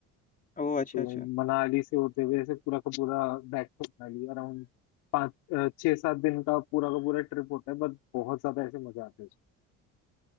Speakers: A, on the left; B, on the left.
A: ओ अच्छा
B: तो
A: अच्छा
B: मनाली से होते हुए ऐसे पूरा का पूरा बैक टू मनाली अराउंड पाँच अ, छः सात दिन का पूरा का पूरा ट्रिप होता है बट बहुत ज्यादा ऐसे मजा आता है